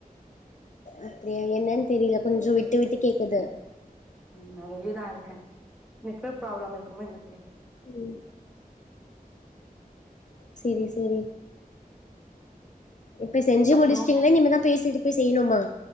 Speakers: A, on the left (about 55°); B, in the centre.
A: அப்டியா என்னன் தெரில கொஞ்சோ விட்டு விட்டு கேக்குது
B: ம் நா வெளியேதாருக்க நெட்வர்க் ப்ராப்ளம் இருக்குமோ என்ன தெரில
A: ம் செரி செரி இப்ப செஞ்சி
B: அப்றோ
A: முடிச்சிட்டீங்களா இனிமே தா பேசிட்டு போய் செய்யணுமா